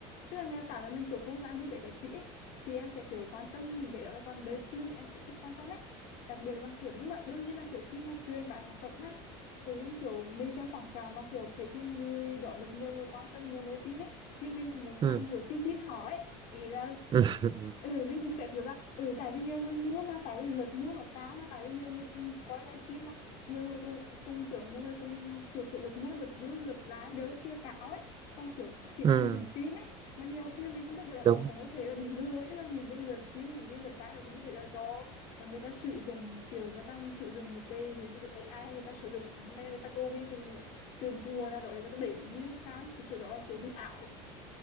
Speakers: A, on the left (about 65°); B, on the right (about 30°).
A: tức là người ta tạo cho mình kiểu không gian vui vẻ giải trí ấy. thì em sẽ kiểu quan tâm những cái đó còn đời tư thì em sẽ ít quan tâm ấy đặc biệt là kiểu nhưng mà đương nhiên là kiểu khi mà truyền bá sản phẩm nhá tự nhiên kiểu mình xem quảng cáo mà kiểu thấy cái người đó được nhiều người quan tâm nhiều người tin ấy thì mình cũng một
B: ừ
A: phần kiểu tin tin họ ấy ý là
B: ừ ừ,
A: ừ mình cũng sẽ kiểu là ừ tại vì nhiều người mua mà tại vì lượt mua nó cao mà tại vì nhiều người cùng coi livestream mà nhiều người cùng cùng kiểu nhiều người cùng kiểu số lượt mua lượt view lượt like đều rất chia cao ấy xong kiểu khiến
B: ừ.
A: cho mình cũng tin ấy mà nhiều khi là mình không biết được là
B: đúng
A: đó cũng có thể là bị lừa ấy tức là những cái lượt view những cái lượt like cũng có thể là do người ta sử dụng kiểu người ta sử dụng một cái ví dụ như kiểu AI hay người ta sử dụng hay là người ta copy từ từ một cái nguồn nào đó để người ta đẩy view lên cao thực sự đó là kiểu view ảo